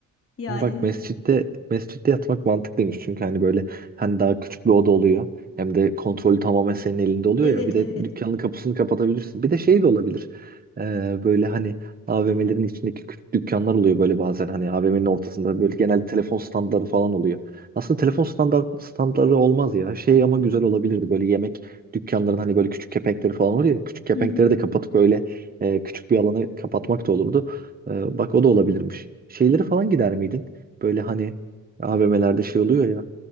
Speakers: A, on the left (about 45°); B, on the right (about 30°).
A: Yani
B: Bak mescitte mescitte yatmak mantıklıymış çünkü hani böyle hani daha küçük bir oda oluyor. Hem de kontrolü tamamen senin elinde oluyor
A: evet
B: ya. Bir de
A: evet.
B: dükkanın kapısını kapatabilirsin. Bir de şey de olabilir. Ee, böyle hani AVM'lerin içindeki küçük dükkanlar oluyor böyle bazen hani AVM'nin ortasında böyle genelde telefon standları falan oluyor. Aslında telefon standart standları olmaz ya. Şey ama güzel olabilirdi böyle yemek dükkanların hani böyle küçük kepenkleri falan oluyor ya. Küçük kepenkleri
A: Hı hı.
B: de kapatıp böyle e, küçük bir alanı kapatmak da olurdu. Ee, bak o da olabilirmiş. Şeyleri falan gider miydin? Böyle hani AVM'lerde şey oluyor ya.